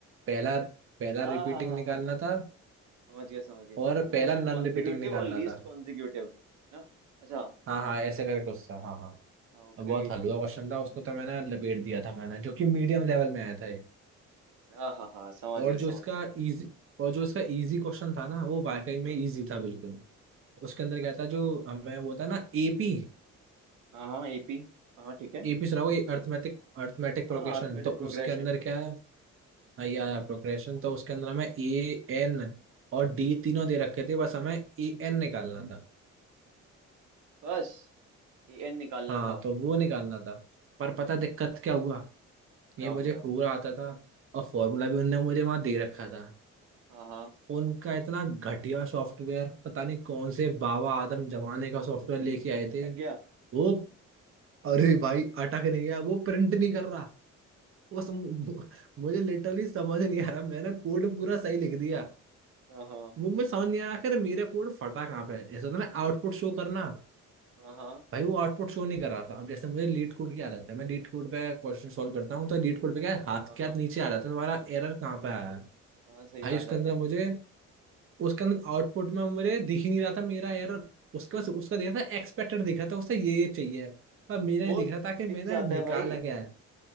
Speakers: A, on the right; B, on the right.
A: पहला पहला
B: हाँ
A: रिपीटिंग
B: हाँ हाँ
A: निकालना
B: हाँ
A: था
B: समझ गया समझ गया
A: और पहला
B: मोस्ट
A: नॉन
B: कॉन्जिक्यूटिव
A: रिपीटिंग निकालना
B: और लीस्ट
A: था
B: कॉन्जिक्यूटिव ना अच्छा
A: हाँ हाँ ऐसे करके कुछ था हाँ हाँ
B: हाँ ओके
A: बहुत
B: ठीक
A: हलवा क्वेश्चन
B: है
A: था उसको तो मैंने लपेट दिया था मैंने जो कि मीडियम लेवल में आया था
B: हाँ हाँ हाँ समझ
A: और
B: गया
A: जो
B: समझ
A: इसका
B: गया
A: इजी और जो इसका इजी क्वेश्चन था ना वो वाकई में
B: हाँ
A: इजी था बिल्कुल उसके अंदर क्या
B: अच्छा
A: था जो हमें वो था ना एपी
B: हाँ हाँ एपी हाँ हाँ, ठीक है
A: एपी सुना होगा अर्थमेटिक अर्थमेटिक प्रोग्रेशन
B: हाँ अर्थमेटिक
A: तो
B: प्रोग्रेशन
A: उसके अंदर क्या है हाँ, ये आया प्रोग्रेशन तो उसके अंदर हमें ए एन और डी तीनों दे रखे थे बस हमें ए एन निकालना था
B: बस ए एन निकालना
A: हाँ
B: था
A: तो वो निकालना था पर पता दिक्कत क्या हुआ
B: क्या
A: ये मुझे
B: हो गया
A: पूरा आता था और फॉर्मूला भी उनने मुझे वहां दे रखा था
B: हाँ हाँ
A: उनका इतना घटिया सॉफ्टवेयर पता नहीं कौन से बाबा आदम जमाने का सॉफ्टवेयर लेके आए
B: अटक
A: थे
B: गया
A: वो अरे भाई अटक नहीं गया वो प्रिंट नहीं कर रहा वो सम, मुझे लिटरली समझ नहीं आ रहा मैंने कोड पूरा सही लिख दिया
B: हाँ हाँ
A: वो मैं समझ नहीं आ रहा आखिर मेरा कोड फटा कहाँ पे है जैसे होता है ना आउटपुट शो करना
B: हाँ हाँ
A: भाई वो आउटपुट शो नहीं कर रहा था अब जैसे मुझे लीड कोड की आदत है मैं लीड कोड पे क्वेश्चन सॉल्व करता हूँ तो लीड कोड पे क्या
B: हाँ
A: है,
B: हाँ
A: हाथ
B: हाँ
A: के
B: हाँ
A: हाथ नीचे आ जाता है तुम्हारा एरर कहाँ पे आया है
B: हाँ
A: भाई
B: सही में आ
A: उसके
B: जाते
A: अंदर
B: हैं
A: मुझे
B: ठीक है
A: उसके अंदर आउटपुट में मुझे दिख ही नहीं रहा था मेरा एरर उसके पास उसका दिख रहा था एक्सपेक्टेड दिख रहा था उससे ये ये चाहिए पर मेरा
B: वो
A: नहीं दिख रहा था कि
B: टिक
A: मैंने
B: जाता
A: निकाला
B: है भाई
A: क्या है